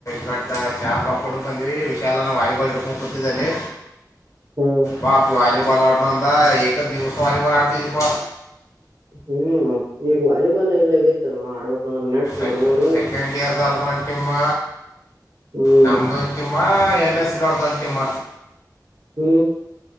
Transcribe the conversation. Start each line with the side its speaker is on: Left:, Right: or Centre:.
Left: ಬಟ್ ಚಾಪಾ ಹುಡುಕ ಬಂದ್ವಿ ವಿಶಾಲನ ವಾಲಿಬಾಲ್ ಹಿಡ್ಕೊಂಡು ಕೂತಿದ್ದಲ್ಲಿ
Right: ಹ್ಮ್
Left: ಬಾಪಿ ವಾಲಬಲ್ ಆಡ್ನ ಅಂದ ದಿವಸ ವಬಲ್ ಆಡ್ತಪ್ಪ
Right: ಹೂ ಈಗ ವಾಲಿಬಾಲ್ ಎಲ್ಲಾಗತ್ತು ಆಡ್ಬೇಕಂದ್ರೆ ನೆಟ್ ಹರ್ದಾರ
Left: ೆ ಸೆಕೆಂಡ್ ಇಯರ್ ದರ್ದ ಒಂಟಮ್ಮ
Right: ಹ್ಮ್
Left: ನಮ್ದ ಒಂಟಿಮ್ಮ ಎಮ್ ಎಸ್ ದರ್ದಂಟಮ್ಮ
Right: ಹೂ